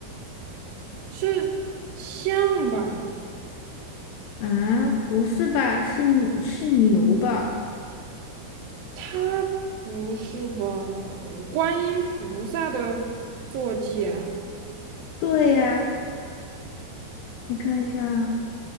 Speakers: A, on the right (about 75°); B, on the left (about 80°).
A: 是像吧？
B: 啊，不是吧？是是牛吧？
A: 他不是吧？观音菩萨的坐骑啊。
B: 对呀，你看一下啊